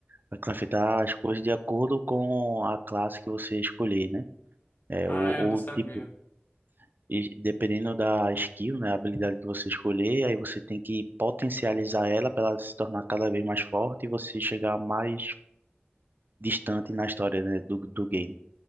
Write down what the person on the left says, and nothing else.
ah,
eu
não sabia.